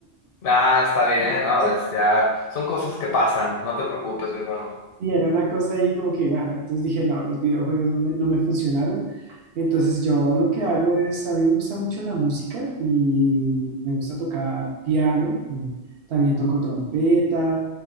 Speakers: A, on the left; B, on the right.
A: Ah, está bien,
B: <laughs>
A: no, es- ya, son cosas que pasan, no te preocupes, mi hermano.
B: Sí, era una cosa ahí como que, bueno, entonces dije, no, los videojuegos no me, no me funcionaron. Entonces yo lo que hago es, a mí me gusta mucho la música y me gusta tocar piano, y también toco trompeta